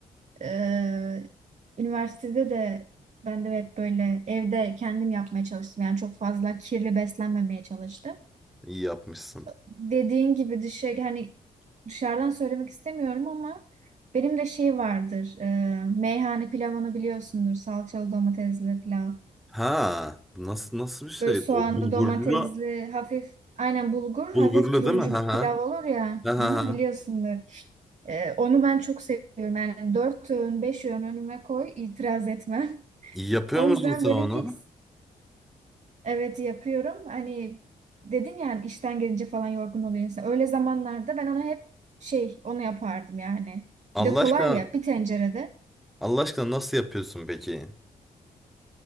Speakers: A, on the right; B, in the centre.
A: Ee, üniversitede de ben de hep böyle evde kendim yapmaya çalıştım. Yani çok fazla kirli beslenmemeye çalıştım.
B: İyi yapmışsın.
A: dediğin gibi dışarı hani dışarıdan söylemek istemiyorum ama benim de şey vardır. E, meyhane pilavını biliyorsundur. Salçalı domatesli pilav.
B: Ha, nasıl nasıl bir şeydi
A: Böyle soğanlı
B: o? Bulgurlu,
A: domatesli hafif aynen bulgur
B: bulgurlu
A: hafif turuncu
B: değil mi? Ha
A: bir
B: ha.
A: pilav olur ya.
B: Ha
A: Hı
B: ha.
A: hı,
B: ha.
A: biliyorsundur. E, onu ben çok seviyorum. Yani dört öğün beş öğün önüme koy itiraz etmem. <laughs>
B: İyi yapıyor
A: O
B: musun
A: yüzden
B: sen
A: böyle
B: onu?
A: fix Evet yapıyorum. Hani dedin ya hani işten gelince falan yorgun oluyor insan. Öyle zamanlarda ben ona hep şey onu yapardım yani.
B: Allah
A: Bir de kolay
B: aşkına,
A: ya bir tencerede.
B: Allah aşkına nasıl yapıyorsun peki?